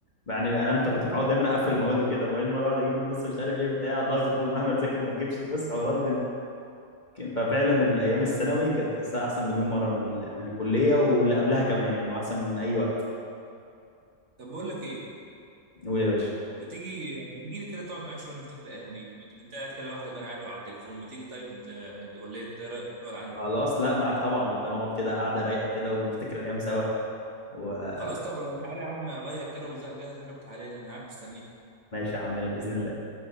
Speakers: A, on the left; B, on the right.
A: يعني انا مت- كنت متعود دايما اقفل المواد وكده وبعدين مره اقعد اجيب النص مش عارف ايه وبتاع ضغط ومهما تذاكر ما تجيبش بص حوارات ففعلا الايام الثانوي كانت تحسها احسن مليون مره من ال... من الكليه واللي قبلها كمان يعني واحسن من اي وقت
B: طب بقول لك ايه
A: قول يا باشا
B: ما تيجي ما تيجي لي كده تقعد معايا شويه انا افتكر الايام دي ما انت ما أنت قاعد كده لوحدك وانا قاعد على التليفون ما تيجي طيب ال- ولا إيه؟ انت ايه رايك نقعد عندي
A: خلاص لا معاك طبعا نبقى نقعد كده قاعده رايقه كده ونفتكر الايام سوا وماشي
B: خلاص طب تعالى يا عم غير كده وجهز حالك وتعالى لي انا قاعد مستنيك
A: يا عمنا باذن الله